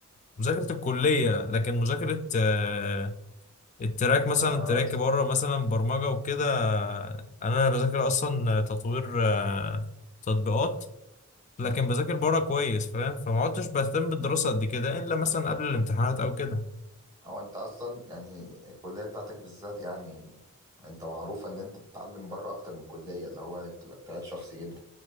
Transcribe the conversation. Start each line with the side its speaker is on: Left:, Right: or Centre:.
Left: ومذاكرة الكلية لكن مذاكرة آه، التراك مثلا
Right: اه
Left: تراك بره مثلا برمجة وكده آه، انا بذاكر اصلا تطوير آه، تطبيقات لكن
Right: امم
Left: بذاكر بره كويس فاهم فما عدتش بهتم بالدراسة قد كده إلا مثلا قبل الامتحانات أو كده
Right: هو انت اصلا يعني الكلية بتاعتك بالذات يعني انت معروف ان انت بتتعلم بره اكتر من الكلية اللي هو بتبقى اجتهاد شخصي جدا